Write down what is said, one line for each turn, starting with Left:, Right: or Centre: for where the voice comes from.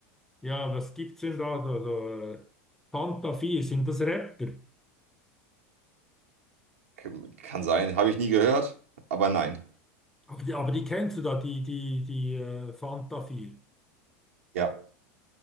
Centre: Ja, was gibt's denn da? So, so, äh, Fanta 4, sind das Rapper?
Right: K kann sein, habe ich nie gehört, aber nein.
Centre: Aber die, aber die kennst du da, die, die, die äh, Fanta 4.
Right: Ja.